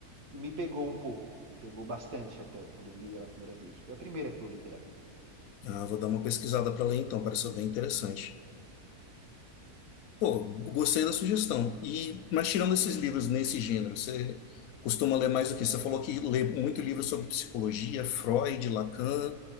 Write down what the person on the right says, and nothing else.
me pegou um pouco, me pegou bastante até quando eu li ela a primeira vez. Foi a primeira que eu li dela.